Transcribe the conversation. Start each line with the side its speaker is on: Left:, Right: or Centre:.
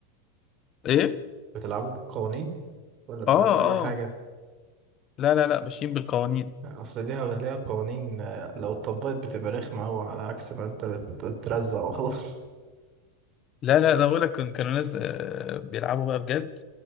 Left: ايه
Right: بتلعبوا بالقوانين ولا بتلعبوا
Left: اه اه
Right: اي حاجة
Left: لا لا لا ماشيين بالقوانين
Right: اصل ليها ولا ليها قوانين آه، لو اتطبقت بتبقى رخمة اوي على عكس ما انت بت- بترزع وخلاص
Left: لا لا ده بقول لك كان- كانوا ناس آه، بيلعبوا بقى بجد